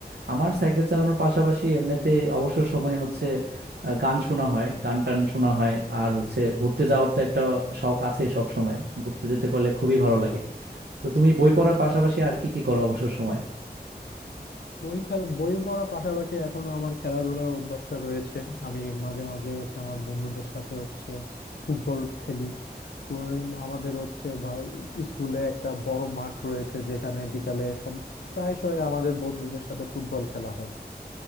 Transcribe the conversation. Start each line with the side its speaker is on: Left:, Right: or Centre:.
Right: আমার সাইকেল চালানোর পাশাপাশি এমনিতে অবসর সময় হচ্ছে আহ, গান শোনা হয় গান টান শোনা হয় আর হচ্ছে ঘুরতে যাওয়ার তো একটা শখ আছে সব সময় ঘুরতে যেতে পারলে খুবই ভালো লাগে তো তুমি বই পড়ার পাশাপাশি আর কি কি করো অবসর সময়
Left: বই খেলা বই পড়ার পাশাপাশি এখনো আমার খেলাধুলার অভ্যাসটা রয়েছে আমি মাঝে মাঝে হচ্ছে আমার বন্ধুদের সাথে হচ্ছে ফুটবল খেলি ফু- আমাদের হচ্ছে ভা- স্কুলে একটা বড় মাঠ রয়েছে যেখানে বিকালে সব প্রায়শই আমাদের বন্ধুদের সাথে ফুটবল খেলা হয়